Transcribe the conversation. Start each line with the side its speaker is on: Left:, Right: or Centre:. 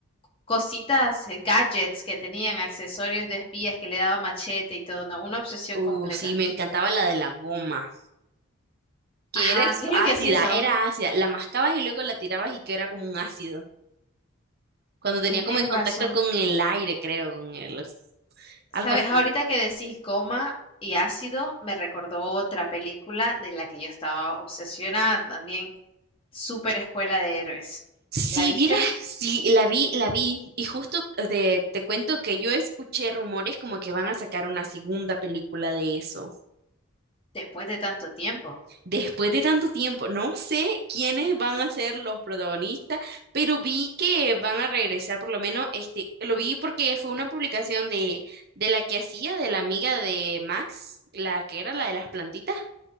Left: cositas, eh, gadgets que tenían, accesorios de espías que le daba machete y todo, no, una obsesión
Right: Uh,
Left: completa.
Right: sí, me encantaba la de la goma, que
Left: Ajá,
Right: era ex-
Left: ¿qué es
Right: ácida,
Left: lo que hacía esa
Right: era
Left: goma?
Right: ácida. La mascabas y luego la tirabas y que era como un ácido. Cuando tenía
Left: Tienes
Right: como en contacto
Left: razón.
Right: con el aire, creo, con el,
Left: Sabes,
Right: algo así.
Left: ahorita que decís goma y ácido, me recordó otra película de la que yo estaba obsesionada también, Super Escuela de Héroes.
Right: Sí,
Left: ¿La viste?
Right: vieras, sí, la vi, la vi. Y justo eh, te, te cuento que yo escuché rumores como que van a sacar una segunda película de eso.
Left: Después de tanto tiempo.
Right: Después de tanto tiempo, no sé quiénes van a ser los protagonistas, pero vi que van a regresar, por lo menos, este, lo vi porque fue una publicación de, de la que hacía, de la amiga de Max, la que era la de las plantitas.